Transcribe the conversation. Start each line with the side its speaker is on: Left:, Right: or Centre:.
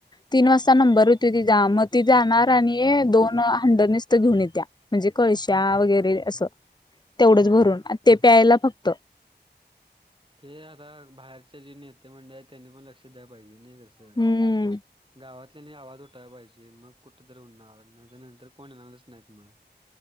Left: तीन वाजता नंबर होती ति जा मग ती जाणार आणि दोन हंड निसत घेऊन येत्या. म्हणजे कळश्या वगैरे असं तेवढंच
Right: होय
Left: भरून ते प्यायला फक्त
Right: ते आता बाहेरचे जे नेते मंडळी आहेत त्यांनी पण लक्ष द्याय पाहिजे नाही तसं.
Left: हम्म
Right: गावातल्यांनी आवाज उठाला पाहिजे मग कुठ होणार नाहीतर नंतर कोण येणारच नाहीत मग.